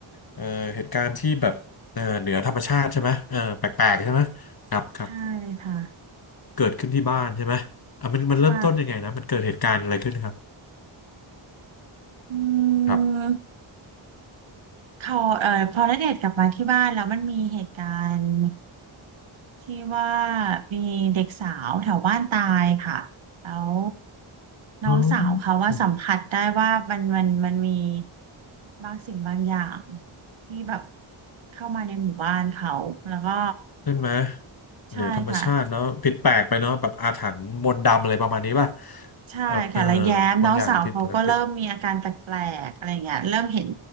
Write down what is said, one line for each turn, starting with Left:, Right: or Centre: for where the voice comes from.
Left: เอ่อเหตุการณ์ที่แบบเอ่อเหนือธรรมชาติใช่ไหมเออแปลกๆใช่ไหมครับครับ
Right: ใช่ค่ะ
Left: เกิดขึ้นที่บ้านใช่ไหมอ่ะมันมันเริ่มต้นยังไงนะมันเกิดเหตุการณ์อะไรขึ้นครับ
Right: ใช่อื
Left: ครับ
Right: มเขาเอ่อพอณเดชน์กลับมาที่บ้านแล้วมันมีเหตุการณ์ที่ว่ามีเด็กสาวแถวบ้านตายค่ะแล้วน้องสาวเขาว่าสัมผัสได้ว่ามันมันมันมี
Left: อ๋อ
Right: บางสิ่งบางอย่างที่แบบเข้ามาในหมู่บ้านเขาแล้วก็
Left: ใช่ไหมเหนือธรรมชาติเนาะผิดแปลกไปเนาะแบบอาถรรพ์มนต์ดำอะไรประมาณนี้ป่ะ
Right: ใช่ค่ะ ใช่ค่ะแล้วแย้มน้องสาวเขาก็เริ่มมีอาการแปลกๆอะไรเงี้ยเริ่มเห็น
Left: แบบเออบางอย่างผิดปกติ